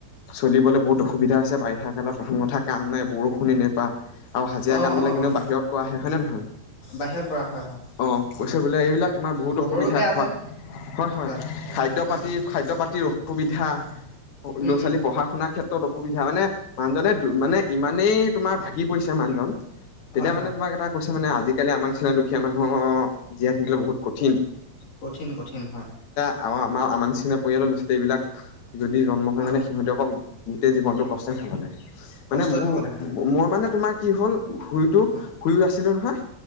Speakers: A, on the left (about 55°); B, on the left (about 85°).
A: চলিবলৈ বহুত অসুবিধা আছে বাৰিষা কালত প্ৰথম কথা কাম নাই বৰষুণে কৰা আৰু হাজিৰা
B: অ
A: কামবিলাক
B: অ
A: এনেও
B: অ
A: বাহিৰত কৰা হয় নে নহয়
B: বাহিৰত কৰা হয় হয়।
A: অঁ কৈছে বোলে এইবিলাক
B: তাক
A: তোমাৰ বহুত
B: বতৰো
A: অসুবিধা
B: বেয়া
A: খোৱা
B: যে
A: হয়-হয়
B: হয়
A: খাদ্য
B: উম
A: পাতি খাদ্য পাতিৰ অসু অসুবিধা
B: উম
A: ল'ৰা-ছোৱালী
B: উম
A: পঢ়া-শুনাৰ ক্ষেত্ৰত। তোত অসুবিধা মানে মানুহজনে, মানে ইমানেই তোমাৰ ভাগি পৰিছে মানুহজন তেতিয়া
B: হয়
A: মানে
B: হয়
A: তোমাক এটা কৈছো মানে, আজিকালি আমাৰ নিচিনা দুখীয়া মানুহৰ জীয়াই থাকিলে বহুত কঠিন
B: কঠিন কঠিন হয়।
A: আৰু আমাৰ আমা নিচিনা পৰিয়ালৰ ল'ৰা ছোৱালীবিলাক যদি জন্ম হয়
B: অ
A: মানে সিহঁতে অকল গোটেই জীৱনটো কষ্ট খাব লাগে মানে
B: কষ্টই
A: মোৰ
B: খাব লাগে হয়
A: মই মানে তোমাক কি হ'ল শুইতো
B: অ
A: শুই আছিলো নহয়